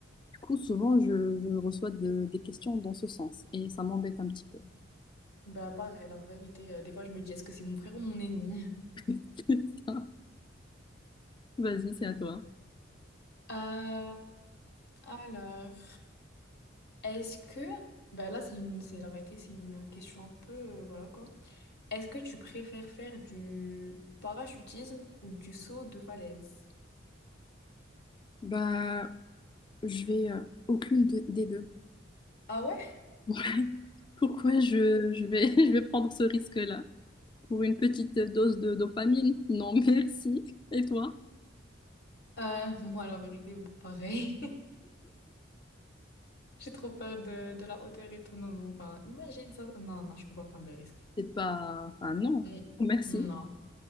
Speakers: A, on the left (about 25°); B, on the left (about 55°).
A: Du coup, souvent, je, je reçois de- des questions dans ce sens et ça m'embête un petit peu.
B: bah pareil, la vérité, euh, des fois, je me dis, est-ce que c'est mon frère ou mon ennemi? <laughs>
A: <laughs> Vas-y, c'est à toi.
B: Euh, alors, est-ce que... Bah là, c'est une, c'est la vérité, c'est une question un peu, euh, voilà quoi. Est-ce que tu préfères faire du parachutisme ou du saut de falaise?
A: Bah, je vais euh, aucune de- des deux. <laughs>
B: Ah ouais?
A: Ouais. Pourquoi je, je vais, <laughs> je vais prendre ce risque-là? Pour une petite dose de dopamine? Non, <laughs> merci. Et toi?
B: Euh, <laughs> moi, la vérité, pareil. <laughs> J'ai trop peur de, de la hauteur et tout. Non, non, enfin, imagine ça. Non, non, je peux pas prendre le risque.
A: C'est pas... Enfin, non.
B: Mm.
A: Merci.
B: Non.